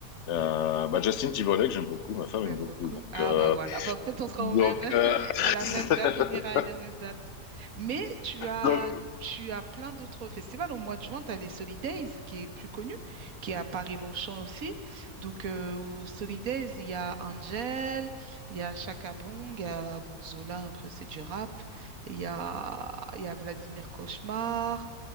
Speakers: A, on the left; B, on the right.
A: euh, bah, Justin Timberlake, j'aime beaucoup, ma femme
B: Tu
A: aime
B: beaucoup?
A: beaucoup. Donc,
B: Ah
A: euh,
B: bah voilà, bah, peut-être on sera
A: donc,
B: au même, <laughs>
A: euh,
B: à la
A: <laughs>
B: même date, on ira à la même date. Mais tu as,
A: donc
B: tu as plein d'autres festivals. Au mois de juin, tu as les Solidays, qui est plus connu, qui est à Paris-Longchamp aussi. Donc euh, aux Solidays, il y a Angel, il y a Chaka Bong, il y a bon, Zola, un peu, c'est du rap. Il y a, il y a Vladimir Cauchemar.